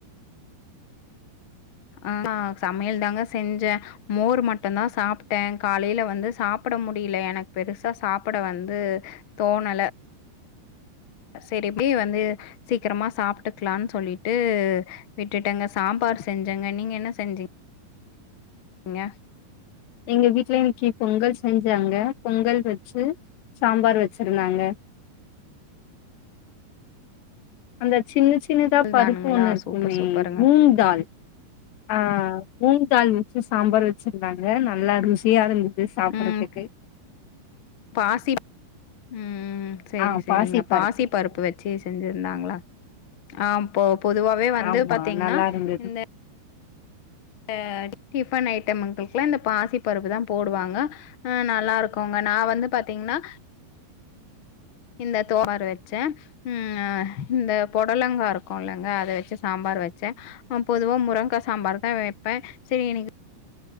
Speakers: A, on the left (about 60°); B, on the left (about 85°).
A: ஆ நா சமையல் தாங்க செஞ்ச மோர் மட்டுந்தா சாப்ட்டே காலையில வந்து சாப்பிட முடியில எனக்கு பெருசா சாப்பிட வந்து தோணல செரி இப்டி வந்து சீக்கிரமா சாப்ட்டுக்கலான் சொல்லிட்டு விட்டுட்டங்க சாம்பார் செஞ்சங்க நீங்க என்ன செஞ்சீ ங்க
B: எங்க வீட்ல இன்னிக்கி பொங்கல் செஞ்சாங்க பொங்கல் வீச்சு சாம்பார் வெச்சிருந்தாங்க அந்த சின்ன சின்னதா பருப்பு
A: தானுங்களா
B: ஒண்ணு இருக்குமே
A: சூப்பர் சூப்பருங்க
B: மூங்க்டால் ஆ மூங்க்டால் வெச்சு சாம்பார் வெச்சிருந்தாங்க நல்லா ருசியா இருந்துது சாப்பட்றதுக்கு
A: ம் பாசி ம் செரி
B: ஆ
A: செரிங்க
B: பாசி
A: பாசிப்பருப்பு
B: பருப்பு
A: வெ கிச்சடி செஞ்சிருந்தாங்களா ஆ ப்ப பொதுவாவே வந்து
B: ஆமா
A: பாத்தீங்கன்னா
B: நல்லா இருந்தது
A: இந்த இந்த டிஃபன் ஐட்டமங்களுக்கு எல்லா இந்த பாசி பருப்பு தா போடுவாங்க அஹ நல்லா இருக்குங்க நா வந்து பாத்தீங்கன்னா இந்த தோறு வச்ச ம் இந்த பொடலங்கா இருக்கும்லங்க அத வச்சு சாம்பார் வச்ச பொதுவா முரங்கா சாம்பார் தா வைப்ப சரி இன்னிக்கு